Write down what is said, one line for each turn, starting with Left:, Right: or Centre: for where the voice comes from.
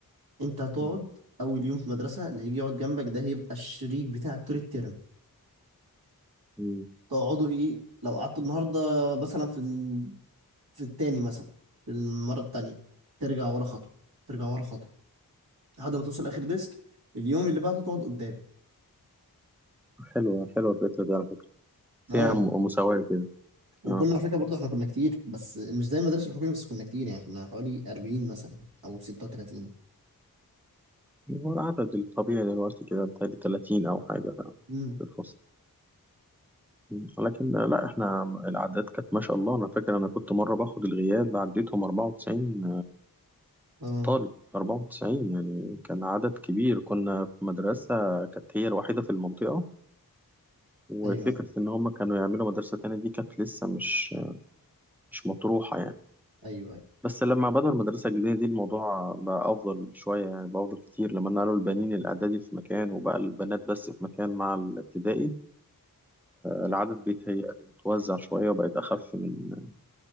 Right: انت هتقعد
Centre: مم.
Right: اول يوم في المدرسه اللي هيجي يقعد جنبك ده هيبقى الشريك بتاعك طول الترم
Centre: مم.
Right: تقعدوا ايه لو قعدتوا النهارده مثلا في ال... في التاني مثلا في المره التانيه ترجع ورا خطوه ترجع ورا خطوه لحد ما توصل اخر ديسك اليوم اللي بعده تقعد قدام
Centre: حلوة حلوة الفكرة دي على فكرة فيها
Right: اه
Centre: م- مساواة كده
Right: وكنا
Centre: اه
Right: على فكره برضه احنا كنا كتير بس مش زي المدارس الحكوميه بس كنا كتير يعني كنا حوالي 40 مثلا او 36
Centre: هو العدد الطبيعي دلوقتي كده بتهيألي 30 أو حاجة
Right: امم
Centre: في الفصل مم. لكن آه، لا احنا الأعداد كانت ما شاء الله أنا فاكر أنا كنت مرة باخد الغياب عديتهم 94
Right: اه
Centre: طالب 94 يعني كان عدد كبير كنا في مدرسة كانت هي الوحيدة في المنطقة وفكرة
Right: ايوه ايوه
Centre: إن هم كانوا يعملوا مدرسة تانية دي كانت لسه مش مش مطروحة يعني
Right: ايوه ايوه
Centre: بس لما بدأوا المدرسة الجديدة دي الموضوع بقى أفضل شوية يعني بقى أفضل كتير لما نقلوا البنين الإعدادي في مكان وبقى البنات بس في مكان مع الابتدائي العدد بيتهيألي اتوزع شوية وبقت أخف من